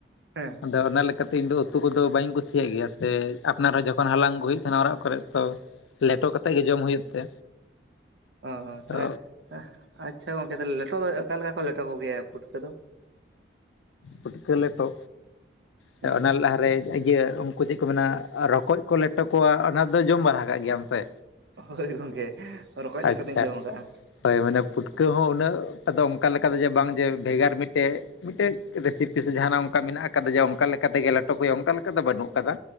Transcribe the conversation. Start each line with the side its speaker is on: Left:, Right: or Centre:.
Right: ᱦᱮᱸ
Left: ᱟᱫᱚ ᱚᱱᱟ ᱞᱮᱠᱟᱛᱮ ᱤᱧᱫᱚ ᱩᱛᱩ ᱠᱚᱫᱚ ᱵᱟᱹᱧ ᱠᱩᱥᱤᱭᱟᱜ ᱜᱮᱭᱟ ᱥᱮᱼᱼ ᱟᱯᱱᱟᱨ ᱦᱚᱸ ᱡᱚᱠᱷᱚᱱ ᱦᱟᱞᱟᱝ ᱟᱹᱜᱩ ᱦᱩᱭᱩᱜ ᱛᱟᱦᱮᱱᱟ ᱚᱲᱟᱜ ᱠᱚᱨᱮᱜ ᱛᱚ ᱞᱮᱴᱚ ᱠᱟᱛᱮᱫ ᱜᱮ ᱡᱚᱢ ᱦᱩᱭᱩᱜ ᱛᱮ
Right: ᱚ ᱚ ᱛᱟᱦᱚᱞᱮ
Left: ᱛᱚ
Right: ᱟᱪᱪᱷᱟ ᱜᱚᱝᱠᱮ ᱛᱟᱦᱚᱞᱮ ᱞᱮᱴᱚ ᱫᱚ ᱚᱠᱟ ᱞᱮᱠᱟ ᱠᱚ ᱞᱮᱴᱚ ᱠᱚᱜᱮᱭᱟ ᱯᱩᱴᱠᱟᱹ ᱫᱚ?
Left: ᱯᱩᱴᱠᱟᱹ ᱞᱮᱴᱚ ᱥᱮ
Right: ᱦᱩᱸ
Left: ᱚᱱᱟ ᱞᱟᱦᱟᱨᱮ ᱤᱭᱟᱹ ᱚᱱ ᱠᱚ ᱪᱮᱫ ᱠᱚ ᱢᱮᱱᱟ ᱨᱚᱠᱚᱡ ᱠᱚ ᱞᱮᱴᱚ ᱠᱚᱣᱟ ᱚᱱᱟ ᱫᱚ ᱡᱚᱢ ᱵᱟᱲᱟ ᱠᱟᱜ ᱜᱮᱭᱟᱢ ᱥᱮ?
Right: ᱦᱳᱭ ᱜᱚᱝᱠᱮ ᱨᱚᱠᱚᱡ ᱞᱮᱴᱚ
Left: ᱟᱪᱪᱷᱟ
Right: ᱫᱚᱧ ᱡᱚᱢ ᱟᱠᱟᱜᱼᱟ᱾
Left: ᱦᱳᱭ ᱢᱟᱱᱮ ᱯᱩᱴᱠᱟᱹ ᱦᱚᱸ ᱩᱱᱟᱹᱜ ᱴᱟ ᱫᱚ ᱚᱱᱠᱟ ᱞᱮᱠᱟ ᱫᱚ ᱡᱮ ᱵᱟᱝ ᱡᱮ ᱵᱷᱮᱜᱟᱨ ᱢᱤᱫᱴᱮᱡ ᱢᱤᱫᱴᱮᱱ ᱨᱮᱥᱤᱯᱤ ᱥᱮ ᱡᱟᱦᱟᱱᱟᱜ ᱚᱱᱠᱟ ᱢᱮᱱᱟᱜ ᱟᱠᱟᱫᱟ ᱡᱮ ᱚᱱᱠᱟ ᱞᱮᱠᱟ ᱛᱮᱜᱮ ᱞᱮᱴᱚ ᱠᱚ ᱦᱩᱭᱩᱜᱼᱟ ᱚᱱᱠᱟ ᱞᱮᱠᱟ ᱫᱚ ᱵᱟᱹᱱᱩᱜ᱾ ᱟᱠᱟᱫᱟ